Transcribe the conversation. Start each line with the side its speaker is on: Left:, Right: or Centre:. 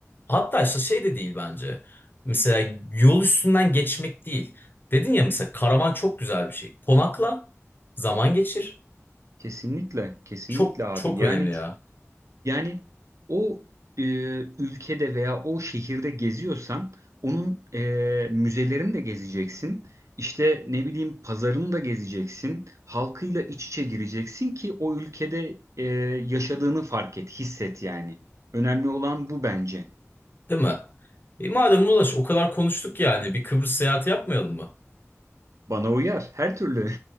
Left: hatta işte şey de değil bence. Mesela yol üstünden geçmek değil. Dedin ya mesela karavan çok güzel bir şey. Konakla zaman geçir.
Right: Kesinlikle. Kesinlikle
Left: Çok
Right: abi.
Left: çok
Right: Yani
Left: önemli ya.
Right: Yani o e, ülkede veya o şehirde geziyorsan onun e, müzelerini de gezeceksin. İşte ne bileyim pazarını da gezeceksin. Halkıyla iç içe gireceksin ki o ülkede e, yaşadığını fark et, hisset yani. Önemli olan bu bence.
Left: Değil mi? E madem Ulaş o kadar konuştuk yani bir Kıbrıs seyahati yapmayalım mı?
Right: Bana uyar her türlü.